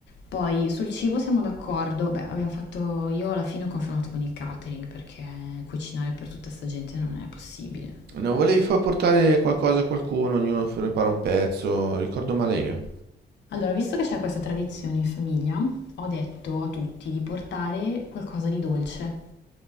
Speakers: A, on the left; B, on the right.
A: Poi sul cibo siamo d'accordo. Beh, abbiamo fatto, io alla fine ho confermato con il catering perché cucinare per tutta sta gente non è possibile.
B: Non volevi far portare qualcosa a qualcuno, ognuno prepara un pezzo, ricordo male io.
A: Allora, visto che c'è questa tradizione in famiglia, ho detto a tutti di portare qualcosa di dolce.